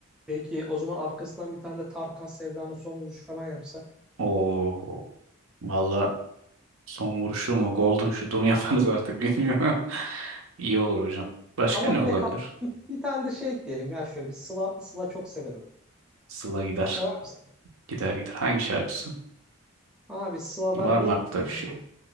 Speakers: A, in the centre; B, on the right.
A: Peki o zaman arkasından bir tane de Tarkan Sevda'nın son vuruşu falan yapsak.
B: O valla son vuruşu mu golden shoot'u mu <laughs> yaparız artık bilmiyorum. <laughs> İyi olur hocam. Başka
A: Ama
B: ne
A: bir
B: olabilir?
A: de kap <laughs> bir, bir tane de şey ekleyelim ya şöyle bir Sıla Sıla çok severim.
B: Sıla gider.
A: Sever misin?
B: Gider gider. Hangi şarkısı?
A: Abi Sıla'dan
B: Var mı
A: ne ekleyelim?
B: aklında bir şey?
A: bilmiyorum.